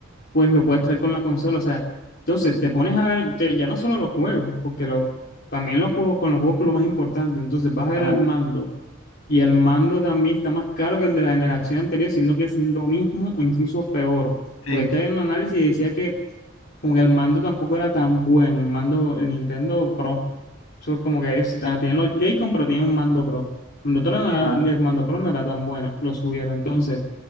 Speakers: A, on the left (about 50°); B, on the left (about 85°).
A: pues lo puedes traer con la consola. O sea, entonces te pones a ver te- ya no solo los juegos, porque lo, también los juegos con los juegos que es lo más importante. Entonces vas a
B: Ajá,
A: ver el mando. Y el mando también está más caro que el de la generación anterior, siendo que es lo mismo o incluso peor.
B: sí,
A: Porque estaba en un análisis y decía que como que el mando tampoco era tan bueno, el mando, el Nintendo Pro. Eso como que ellos estaban- tienen los Joy-Con, pero tienen un mando Pro. El mando Pro no
B: ajá,
A: era, el mando Pro no era tan bueno, lo subieron. Entonces,